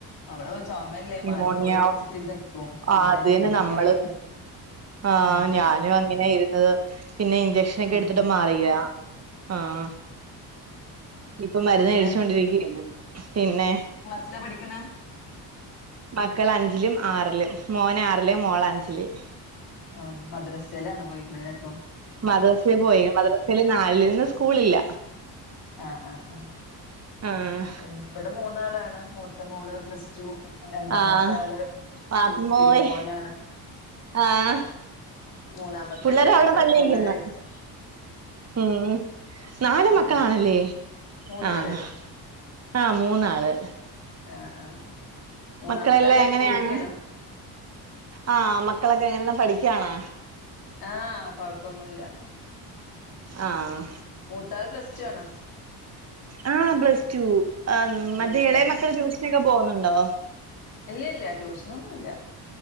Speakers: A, on the left; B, on the right.
A: നമ്മള് ചൊമല്ലേ
B: ന്യൂമോണിയ
A: മാറിക്കോളുന്ന് വെച്ചിട്ട് നികും പിന്നെ
B: ആഹ് അത്
A: ന്യൂമോണിയ
B: തന്നെ നമ്മള്
A: ആയിട്ട്
B: ആഹ്
A: മാറിണ്ട്
B: ഞാനും അങ്ങനൊയിരുന്നത് പിന്നെ ഇൻഞ്ചെ ക്ഷനൊക്കെ
A: ഉം
B: എടുത്തിട്ടും
A: ഉം
B: മാറിയിലാ ആഹ് ഇപ്പൊ മരുന്ന്
A: പിന്നെ
B: കഴിച്ചോണ്ടിരിക്കയാണ് പിന്നെ
A: എന്താ പഠിക്ണെ
B: മക്കള് അഞ്ചിലും ആറിലും മോൻ ആറില് മോള് അഞ്ചില്
A: ആഹ് മദ്രസയിലാണ് പോയിരുന്നതിലപ്പോ
B: മദ്രസേ പോയി മദ്രസയില് നാലില് ഇന്ന് സ്കൂളില്ല
A: ആഹ് ആഹ് ആഹ്
B: ആഹ്
A: പിന്നെ ഇവിടെ മൂന്നാളാണ് മൂത്തമോള് പ്ലസ്ടു രണ്ടാമത്തെ
B: ആഹ്
A: ആള്
B: പാപ്പുമോയ്
A: സിക്സ്ത്തിലും മോനാണ്
B: ആഹ്
A: മൂന്നാമത്തെ
B: പിള്ളേര്
A: ചെറുത്
B: അവിടെ പള്ളിയിൽക്കുന്ന്
A: മൂന്നര വയസ്സ്
B: ഉം നാല്
A: ഉം
B: മക്കളാണല്ലേ
A: മൂന്നാള്
B: ആഹ് ആഹ് മൂന്നാള്
A: ആഹ് ആഹ് മൂന്നാമത്തെ
B: മക്കളെല്ലാം
A: ആള് എൽ
B: എങ്ങനെയാണ്
A: കെ ജി ആണ്
B: ആ മക്കളൊക്കെ എങ്ങനെ പഠിക്കാണോ
A: ആഹ് കൊഴപ്പൊന്നുല്ല
B: ആഹ്
A: മൂത്താൾ പ്ലസ്ടു ആണ്
B: ആഹ് പ്ലസ്ടൂ മറ്റേ
A: ഉം
B: എളേ
A: ഉം
B: മക്കള് ട്യൂഷനൊക്കെ പോകുന്നുണ്ടോ
A: ഇല്ലില്ല ട്യൂഷനൊന്നുല്ല